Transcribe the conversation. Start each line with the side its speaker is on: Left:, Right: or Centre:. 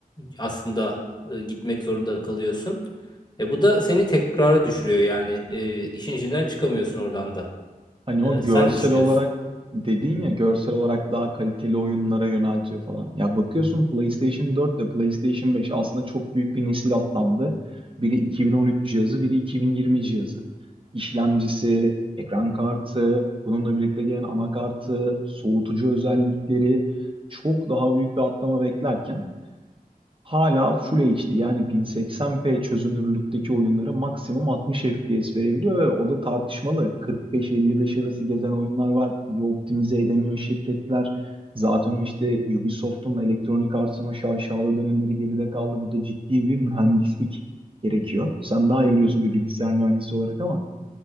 Left: aslında e, gitmek zorunda kalıyorsun. E, bu da seni tekrara düşürüyor yani E, işin içinden çıkamıyorsun oradan da.
Right: Hani
Left: E,
Right: o
Left: sen
Right: görsel
Left: ne düşünüyorsun?
Right: olarak dedin ya görsel olarak daha kaliteli oyunlara yöneltiyor falan. Ya bakıyorsun PlayStation 4 ile PlayStation 5 aslında çok büyük bir nesil atlandı. Biri 2013 cihazı, biri 2020 cihazı. İşlemcisi, ekran kartı, bununla birlikte gelen anakartı, soğutucu özellikleri çok daha büyük bir atlama beklerken hala Full HD yani 1080p çözünürlükteki oyunlara maksimum 60 FPS verebiliyor ve o da tartışmalı. 45-55 arası gezen oyunlar var. İyi optimize edemiyor şirketler. Zaten o işte Ubisoft'un Electronic Arts'ın o şaşalı dönemleri geride kaldı. Burada ciddi bir mühendislik gerekiyor. Sen daha iyi biliyorsun bir bilgisayar mühendisi olarak ama